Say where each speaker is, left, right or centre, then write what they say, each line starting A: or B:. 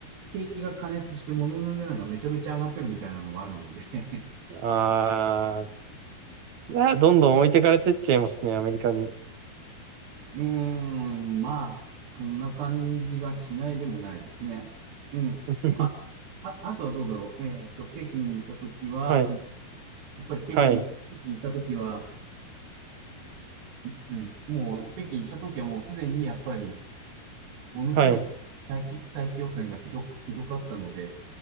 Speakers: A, on the right; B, on the right.
A: 景気が過熱して物の値段がめちゃめちゃ上がってるみたいなのがあるので
B: ああ、いや、どんどん置いてかれてっちゃいますね、アメリカに。
A: うーん、まあ、そんな感じがしないでもないですね。うん。
B: <laughs>
A: まあ、あ、あとはどうだろう。えっと、北京に行ったときは、
B: はい。
A: うん、やっぱり北京、
B: はい。
A: 北京に行ったときは、うん、もう、北京行ったときはもうすでにやっぱり、ものすごい大気、
B: はい。
A: 大気汚染がひど、ひどかったので、